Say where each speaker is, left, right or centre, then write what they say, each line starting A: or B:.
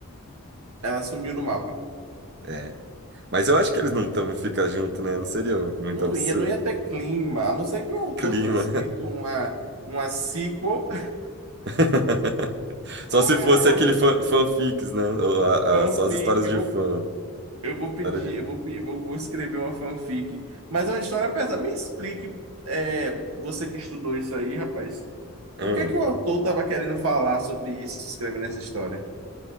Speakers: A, on the right; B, on the right.
A: ela sumiu no mapa.
B: É. Mas eu acho que eles não estão ficar junto, né? Não seria muito
A: Não
B: absurdo.
A: ia, não ia ter clima, a não ser que o autor
B: Clima.
A: tenha escrito uma, uma sequel,
B: <laughs> Só se
A: <laughs>
B: fosse aquele fan, fanfics, né? Ou a-
A: fanfic,
B: a- só as histórias de fã.
A: Eu vou pedir,
B: História de...
A: eu vou, pe- eu vou vou escrever uma fanfic, mas é uma história pesada. Me explique, é, você que estudou isso aí, rapaz,
B: Hum.
A: o que é que o autor estava querendo falar sobre isso, escrevendo essa história?